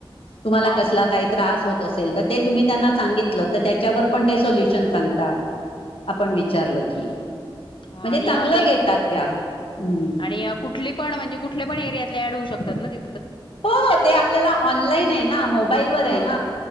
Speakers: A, on the left; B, on the left.
A: तुमला
B: हा
A: क त होत असेल ते तुमही त्यांना सांगितलं त्याच्यावर पण ते सल्युशन सांगतात आपण विचारलं की
B: ह
A: म्हणजे
B: आणि
A: चांगलं
B: ते
A: घेतात त्या हम्म
B: आणि कुठ कुठ पणे कुठल्याण एरियात ड होऊ शकत ना ते
A: हो ते आपल्याला ऑनलाईन आहे ना मोबाईलवर
B: हा
A: आहे